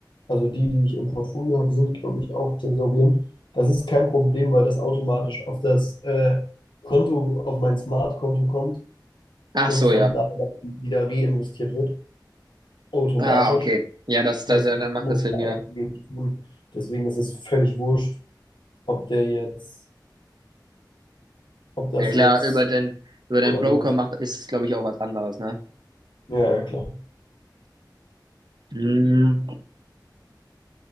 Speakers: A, on the left (about 85°); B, on the right (about 65°).
A: Also die, die ich im Portfolio habe, sind, glaube ich, auch thesaurierend. Das ist kein Problem, weil das automatisch auf das äh, Konto, auf mein Smart-Konto kommt
B: Ach
A: und
B: so,
A: von
B: ja.
A: da dann wieder reinvestiert wird, automatisch.
B: Ah, okay. Ja, das, das,
A: Das
B: ja,
A: heißt, ich
B: dann macht
A: muss
B: das Sinn,
A: da
B: ja.
A: einfach wenig tun. Deswegen ist es völlig wurscht, ob der jetzt, ob das
B: Ja klar,
A: jetzt
B: über den, über den
A: oder
B: Broker
A: so ist.
B: macht, ist es, glaube ich, auch was anderes, ne?
A: Ja, ja, klar.
B: Hm.